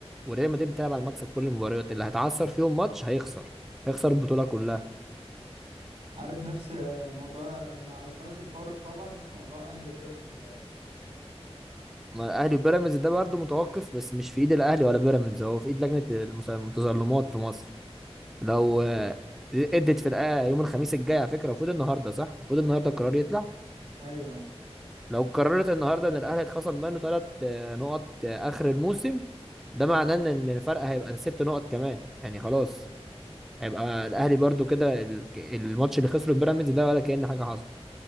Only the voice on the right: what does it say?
عارف نفس آه، موضوع يعني مع مقياس الفارق طبعا نفس موضوع اهلي وبيراميدز دلوقتي
ايوه اه